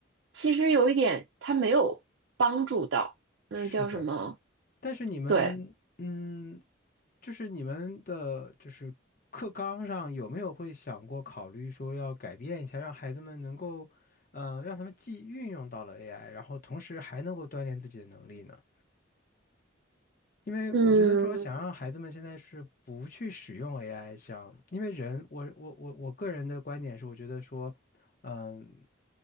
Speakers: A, on the right (about 65°); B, on the left (about 45°).
A: 其实有一点他没有帮助到，那叫什么？
B: 是的，但是你们，
A: 对，
B: 嗯，就是你们的，就是课纲上有没有会想过考虑说要改变一下，让孩子们能够，呃，让他们既运用到了 AI，然后同时还能够锻炼自己的能力呢？因为我觉得说想让孩子们现在是不去使用
A: 嗯，
B: AI，像因为人，我我我我个人的观点是，我觉得说，嗯、